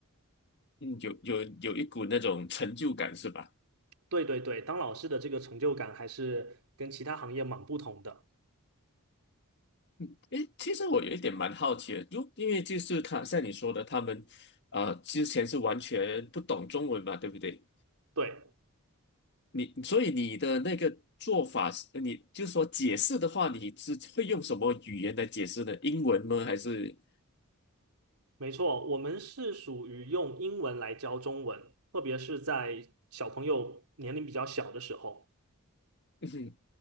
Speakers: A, on the left; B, on the right.
A: 嗯，有有有一股那种成就感是吧？
B: 对对对，当老师的这个成就感还是跟其他行业蛮不同的。
A: 嗯，诶，其实我有一点蛮好奇的，就因为就是他像你说的，他们呃之前是完全不懂中文嘛，对不对？
B: 对。
A: 你所以你的那个做法是，你就是说解释的话，你是会用什么语言来解释呢？英文吗？还是？<laughs>
B: 没错，我们是属于用英文来教中文，特别是在小朋友年龄比较小的时候，
A: 嗯哼，